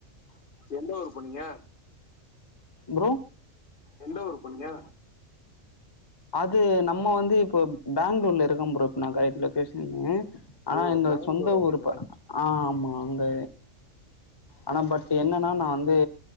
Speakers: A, on the left; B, on the left.
A: எந்த ஊர் போனீங்க
B: ப்ரோ
A: எந்த ஊர் போனீங்க
B: அது நம்ம வந்து இப்போ பெங்களூர்ல இருக்கே ப்ரோ இப்போ நா கரெக்ட் லொகேஷனு ஆனா
A: ஓ
B: இந்த
A: பெங்களூரா
B: சொந்த ஊர்
A: நீங்க
B: ஆ அந்த ஆனா பட் என்னன்னா நா வந்து